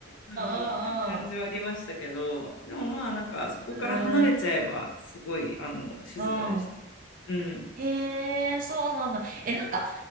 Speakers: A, on the left; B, on the right.
A: うん感じはありましたけど、
B: うんうんうん。
A: でもまあなんかそこから離れちゃえばすごいあの静かでした。
B: えーうん。
A: うん。
B: へえ、そうなんだ。え、なんか、